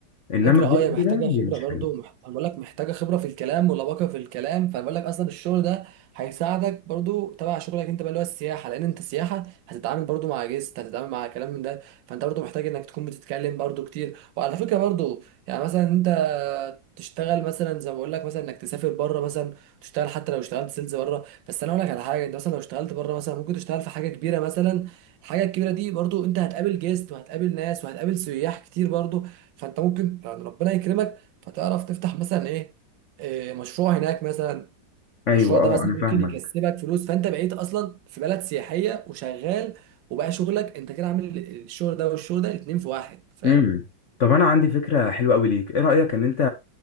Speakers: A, on the left; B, on the right.
A: انما
B: فكرة اه
A: غير
B: هي محتاجة
A: كده هي
B: خبرة
A: مش
B: برضو
A: حلوة
B: مح... أنا بقول لك محتاجة خبرة في الكلام ولباقة في الكلام فبقول لك أصلا الشغل ده هيساعدك برضو تبع شغلك أنت بقى اللي هو السياحة لأن أنت سياحة هتتعامل برضو مع جيست هتتعامل مع كلام من ده فأنت برضو محتاج إنك تكون بتتكلم برضو كتير وعلى فكرة برضو يعني مثلا أنت تشتغل مثلا زي ما بقول لك مثلا إنك تسافر بره مثلا تشتغل حتى لو اشتغلت سيلز بره بس أنا أقول لك على حاجة أنت مثلا لو اشتغلت بره مثلا ممكن تشتغل في حاجة كبيرة مثلا الحاجة الكبيرة دي برضو أنت هتقابل جيست وهتقابل ناس وهتقابل سياح كتير برضو فانت ممكن يعني ربنا يكرمك فتعرف تفتح مثلا ايه إيه، مشروع هناك مثلا
A: ايوه
B: المشروع ده
A: اه
B: مثلا
A: انا
B: ممكن
A: فاهمك
B: يكسبك فلوس فانت بقيت اصلا في بلد سياحيه وشغال وبقى شغلك انت كده عامل الشغل ده والشغل ده الاتنين في واحد فاهم
A: امم طب انا عندي فكره حلوه قوي ليك ايه رايك ان انت